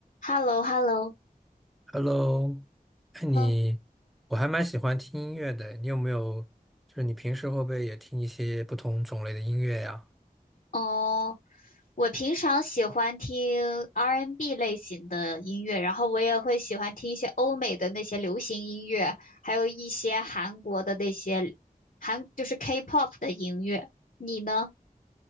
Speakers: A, on the left; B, in the centre.
A: h e l l o h e l l o
B: Hello，哎，你，
A: 呃，
B: 我还蛮喜欢听音乐的。你有没有，就是你平时会不会也听一些不同种类的音乐呀？
A: 哦，我平常喜欢听 R&B N 类型的音乐，然后我也会喜欢听一些欧美的那些流行音乐，还有一些韩国的那些韩，就是 K-pop 的音乐。你呢？